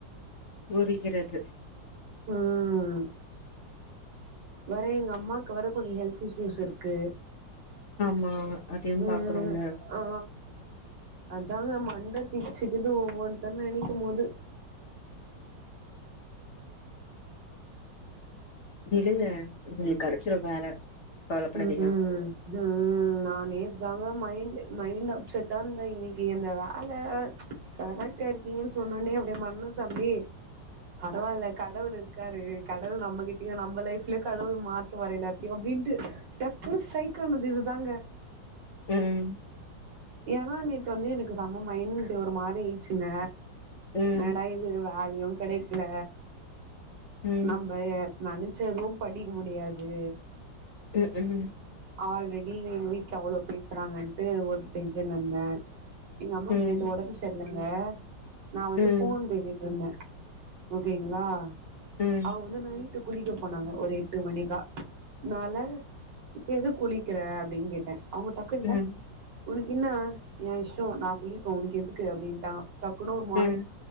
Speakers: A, on the left; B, on the right.
A: புரிகிறது
B: ம் வேற எங்க அம்மாவுக்கு வேற கொஞ்ச ஹெல்த் இஷ்யூஸ் இருக்கு
A: ஆமா அதையு
B: ம்
A: பாக்கண்ணுல
B: ஆ அதாங்க மண்ட பீச்சுக்குது ஒவ்வொன்னுத்த நினைக்கும் போது
A: விடுங்க உங்களுக்கு கெடைச்சிரு வேல கவலப்படாதீங்க
B: ம் ம் ம் நா நேத்து தாங்க மைண்ட் மைண்ட் அப்செட்டா இருந்த இனி நீ இந்த வேலை செலக்ட் ஆயிருக்கீங்கன்னு சொன்னோனே அப்டியே மனஸ் அப்டியே பரவால்ல கடவுள் இருக்காரு கடவுள் நம்மகிட்டயு நம்ம லைஃப்லயு கடவுள் மா த்துவார் எல்லாத்தயு அப்டின்ட்டு டக்குன்னு ஸ்ட்ரைக் ஆனது இதுதாங்க
A: ம்
B: ஏன்னா நேத்து வந்து எனக்கு செம்ம மயன்ட்டு ஒரு மாரி ஆயின்ச்சுங்க
A: ம்
B: என்னடா இது வேலயு கிடைக்கல
A: ம்
B: நம்ம நினைச்சதவு படிக்க முடியாது
A: ம் ம்
B: ஆல்ரெடி எங்க வீடல அவ்ளோ பேசுறாங்கன்ட்டு ஒரு டென்ஷன்ல இருந்த எங்க அம்மாக்கு
A: ம்
B: நேத்து உடம்பு சரியலங்க நா வந்து
A: ம்
B: போன் பேசிட்டு இருந்த ஓகேங்களா
A: ம்
B: அவங்க வந்து நைட் ட்டு குளிக்க போனாங்க ஒரு எட்டு மணிக்கா நால இப்ப எதுக்கு குளிக்கிற அப்டின்னு கேட்ட அவங்க டக்குனுல்ல
A: ம்
B: உனக்கு இன்ன ஏ இஷ்ட நா குள்ளிப்ப உனக்கு எதுக்கு அப்டின்ட்டா டக்குன்னு ஒரு மாரி
A: ம்